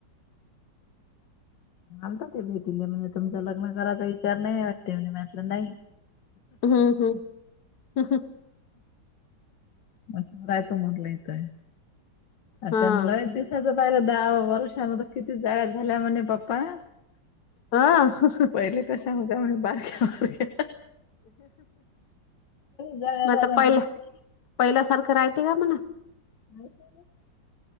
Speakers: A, on the left; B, on the left.
A: <inaudible>
B: लत ते भेटीले म्हणजे तुमच लग्न करायचा विचार नाही वाटते म्ह म्हटलं नाही.
A: हम्म हम् ह हं.
B: म राय तो म्हटलं येथय.
A: हा
B: त्यां ल दिसाच पाहिला द वर्षमध्ये किती जाळ्या झाल्या म्हणे पप्पा.
A: ह
B: पहिले कशा होत्या म्ह बारका्या जाळ्या
A: म आता
B: झाल्या
A: पहिला
B: म्हणे
A: पहिल्यासारखं राहते का मणा?
B: <inaudible>